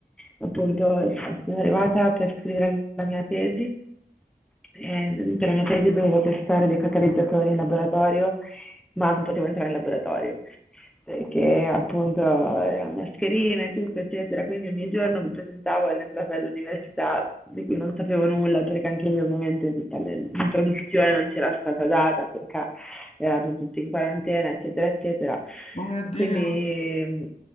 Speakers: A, in the centre; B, on the left.
A: appunto so sono arrivata per scrivere la mia tesi eh, per la mia tesi dovevo testare dei catalizzatori in laboratorio, ma non potevo entrare in laboratorio perché appunto erano mascherine e tutto, eccetera. Quindi ogni giorno mi presentavo all'entrata dell'università di cui non sapevo nulla, perché anche lì ovviamente tutta le- l'introduzione non c'era stata data, perché eravamo tutti in quarantena, eccetera, eccetera.
B: oh mio Dio.
A: Quindi